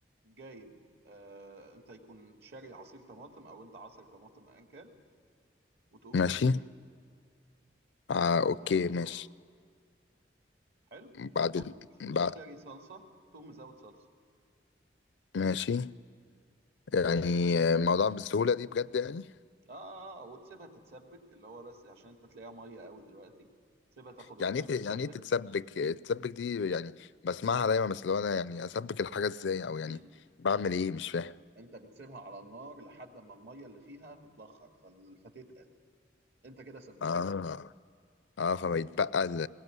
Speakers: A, on the right (about 60°); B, on the left (about 75°).
A: جايب آه انت يكون شاري عصير طماطم او انت عصير طماطم ايا كان وتقوم
B: ماشي
A: نازل بيها
B: آه
A: تنزل
B: اوكي
A: بعصير
B: ماشي
A: طماطم حلو
B: بعد
A: وتقوم
B: ال...
A: ش-
B: بعد
A: شاري صلصه تقوم مزود صلصه
B: ماشي يعني آه، الموضوع بالسهوله دي بجد يعني
A: اه اه, آه آه، وتسيبها تتسبك اللي هو بس عشان انت تلاقيها ميه قوي دلوقتي تسيبها تاخد وقتها
B: يعني ايه
A: تتسبك
B: ت- يعني ايه تتسبك تتسبك دي يعني بسمعها دايما بس لو انا يعني اسبك الحاجه ازاي او يعني
A: <clears throat>
B: بعمل ايه مش فاهم
A: انت بتسيبها على النار لحد ما الميه اللي فيها تتبخر فال- فتتقل انت كده سبكتها
B: اه اه فبيتبقى ال-